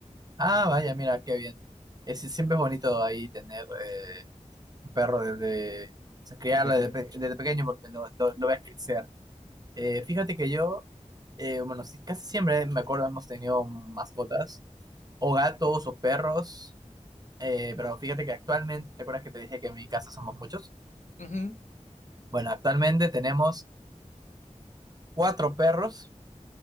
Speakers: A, on the right; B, on the left.
A: Ah,
B: Sí, sí,
A: vaya, mira, qué bien. Es, siempre es bonito ahí tener eh, perro desde, o sea, criarlo
B: de cachorritos.
A: desde, pe- desde pequeño porque lo, lo, lo ves crecer. Eh, fíjate que yo, eh, bueno, sí, casi siempre me acuerdo hemos tenido mascotas, o gatos o perros, eh, pero fíjate que actualmente, ¿te acuerdas que te dije que en mi casa somos muchos?
B: Ujú,
A: Bueno, actualmente tenemos cuatro perros